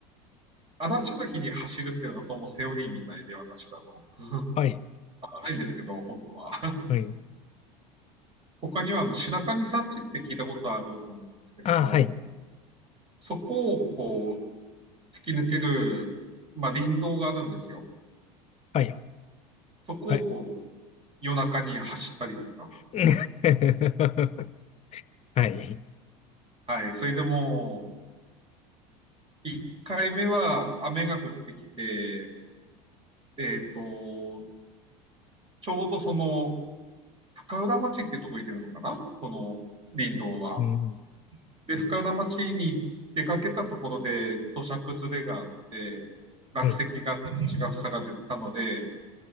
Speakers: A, on the right (about 30°); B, on the left (about 35°).
A: 嵐の日に走るっていうのがどうもセオリーみたいで、私だの。<laughs>
B: はい、
A: ないんですけど、本当は。<laughs>
B: はい。
A: 他には、あの、白神山地って聞いたことあると思うんですけれど、
B: あー、はい、
A: そこをこう、突き抜ける、まあ、林道があるんですよ。
B: はい、
A: そこをこう、
B: はい。
A: 夜中に走ったりとか、
B: <laughs> はい。
A: はい、それでもう、1回目は雨が降ってきて、えっ、と、ちょうどその、深浦町っていうところに出るのかなその林道は。
B: うん、
A: で、深浦町に出かけたところで土砂崩れがあって、落石があって血が塞がれてたので、
B: はい、